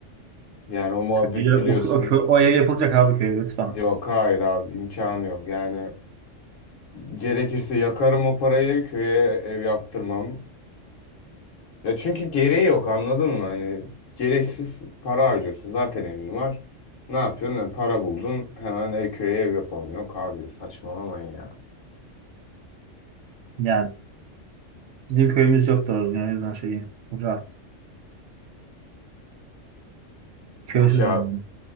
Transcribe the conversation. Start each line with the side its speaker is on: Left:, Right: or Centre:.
Left: Yani o muhabbeti
Right: Ya,
Left: biliyorsun.
Right: O, o, kö- o ev yapılacak abi köye lütfen.
Left: Yok hayır abi imkanı yok yani. Gerekirse yakarım o parayı köye ev yaptırmam. Ya çünkü gereği yok anladın mı? Hani gereksiz para harcıyorsun zaten evin var. Ne yapıyorsun? Yani para buldun hemen ev, köye ev yapalım. Yok abi saçmalamayın ya.
Right: Yani bizim köyümüz yok doğru düzgün, o yüzden şeyi rahat. Köysüzüm
Left: Okey abi.
Right: ben.